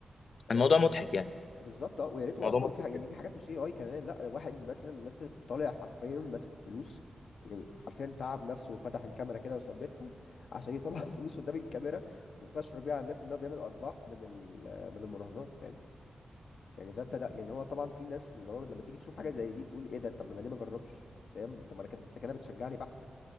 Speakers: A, on the left (about 70°); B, on the left (about 50°).
A: يعني
B: الموضوع مضحك يعني
A: بالظبط اه ويا ريته
B: الموضوع
A: اصلا
B: مضحك
A: في حاجة
B: جدا
A: يعني في حاجات مش اي اي كمان لا واحد مثلا مثلا طالع حرفيا ماسك فلوس يعني حرفيا تعب نفسه وفتح الكاميرا كده وثبتها عشان يطلع <laughs> فلوس قدام الكاميرا وتفشخر بيها على الناس ان هو بيعمل ارباح من ال- من المراهنات فاهم يعني ده ده ده يعني هو طبعا في ناس اللي هو لما تيجي تشوف حاجه زي دي تقول ايه ده طب ما انا ليه ما اجربش فاهم طب ما انا كده انت كده بتشجعني بحت